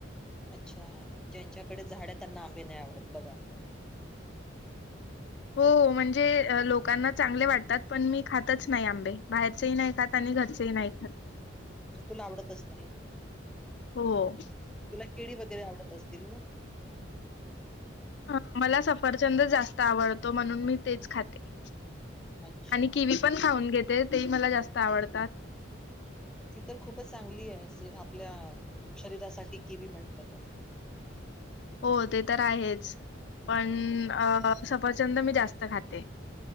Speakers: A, in the centre; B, on the left.
A: अच्छा. ज्यांच्याकडे झाड त्यांना आंबे नाही आवडत बघा.
B: हो म्हणजे लोकांना चांगले वाटतात, पण मी खातच नाही आंबे. बाहेरचेही नाही खात. आणी घरचेही नाही खात.
A: <inaudible> म्हणजे तुला आवडतच नाही.
B: हो
A: तुला केडी वगैरे आवडत असतील ना?
B: हां. मला सफरचंद जास्त आवडतो. म्हणून मी तेच खाते.
A: अच्छा
B: आणि किवी पण खाऊन घेते. तेही मला जास्त आवडतात.
A: <inaudible> ती तर खूपच चांगली आहेे अस आपल्या शरीरासाठी किवी म्हंटलं तर.
B: हो ते तर आहेच. पण अं सफरचंद मी जास्त खाते.